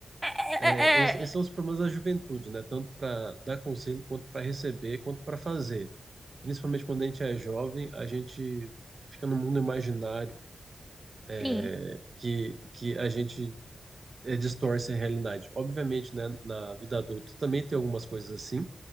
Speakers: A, in the centre; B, on the right (about 40°).
A: É,
B: É,
A: é,
B: esses,
A: é,
B: esses são os problemas da juventude, né? Tanto para dar conselho, quanto para receber, quanto para fazer. Principalmente quando a gente é jovem, a gente fica num mundo imaginário é,
A: Sim.
B: que, que a gente é, distorce a realidade. Obviamente, né, na vida adulta também tem algumas coisas assim,